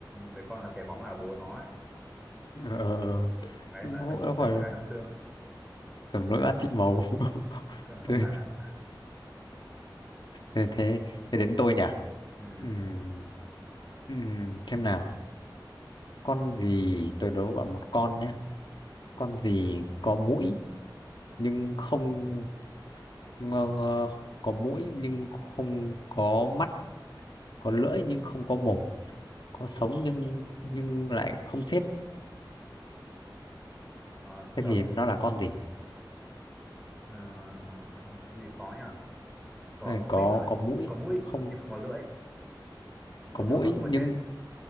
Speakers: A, in the centre; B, on the left.
A: đứa con là cái bóng là bố nó ấy.
B: ờ,
A: đấy
B: đúng
A: là
B: không
A: trong chuyện
B: đúng
A: người
B: rồi
A: con gái Nam Xương
B: tưởng nỗi oán thị màu <laughs>
A: không không
B: thế,
A: phải bạn
B: thế thế thế đến tôi nhỉ
A: ừ
B: Ừm, ừm, xem nào con gì tôi đố bạn một con nhé con gì có mũi nhưng không ngơ ngơ, có mũi nhưng không có mắt có lưỡi nhưng không có mồm có sống nhưng nhưng lại không chết
A: còn
B: thế
A: sống
B: thì nó là con gì
A: ờ, thế là cái gì khó nhỉ có
B: Thế là
A: mũi
B: có
A: mà
B: có mũi
A: có mũi
B: không
A: nhưng không có lưỡi có
B: có mũi
A: sống mà không có
B: nhưng
A: chết